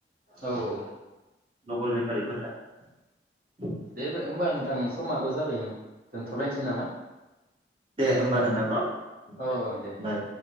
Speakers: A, on the right; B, on the right.
A: औ औ
B: लकेल बे <unintelligible>
A: दे होमबा नोंथां समाबो जाबायमोन दोनथ लायनोसै नामा?
B: दे होमबा नोंथां न
A: औ
B: दे
A: औ
B: बाय।